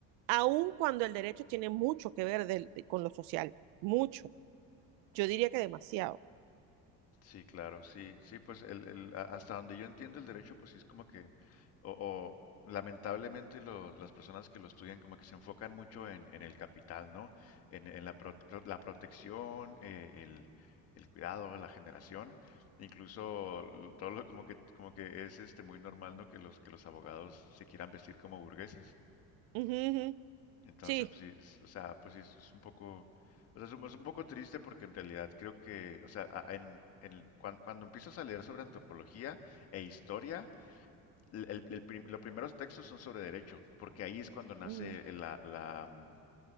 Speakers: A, on the right; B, on the left.
A: aun cuando el derecho tiene mucho que ver del- de- con lo social, mucho. Yo diría que demasiado.
B: Sí, claro, sí, sí, pues el, el- a- hasta donde yo entiendo el derecho, pues sí es como que, o, o lamentablemente lo- las personas que lo estudian como que se enfocan mucho en, en el capital, ¿no? En, en la, pro- pro- la protección, eh, el, el cuidado, la generación, incluso lo- todo lo, como que, como que es este muy normal, ¿no? Que los, que los abogados se quieran vestir como burgueses.
A: Ujú, ujú, ujú,
B: Entonces,
A: Sí.
B: pues sí, es- o sea, pues sí, es es un poco, o sea, es un, es un poco triste porque en realidad creo que, o sea, a- en, en- cuan- cuando, empiezas a leer sobre antropología e historia, el- el- el prim- los primeros textos son sobre derecho, porque ahí es cuando nace
A: ujú.
B: la, la, mm,